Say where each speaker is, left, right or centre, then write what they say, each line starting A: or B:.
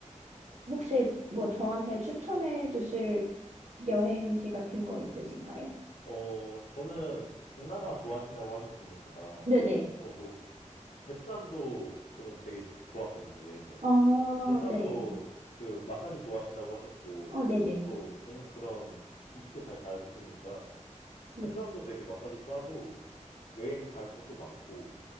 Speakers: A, on the right; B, on the left.
A: 혹시 뭐 저한테 추천해 주실 여행지 같은 거 있으신가요?
B: 어, 저는 동남아 좋아하신다고 하셨으니까,
A: 네네.
B: 저 뭐, 베트남도 저는 되게 좋았거든요, 여행 갈
A: 아,
B: 때. 베트남도
A: 네.
B: 그 마사지 좋아하신다고 하셨고,
A: 어, 네네.
B: 또 동, 그런 음식도 잘잘으시니까
A: 네.
B: 베트남도 되게 마사지 싸고, 여행 갈 곳도 많고,